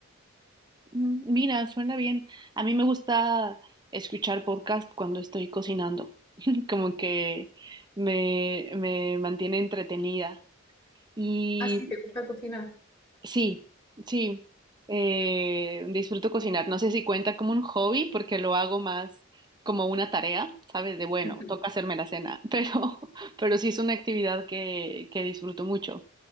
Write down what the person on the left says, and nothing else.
Ah, sí, ¿te gusta cocinar?
<laughs>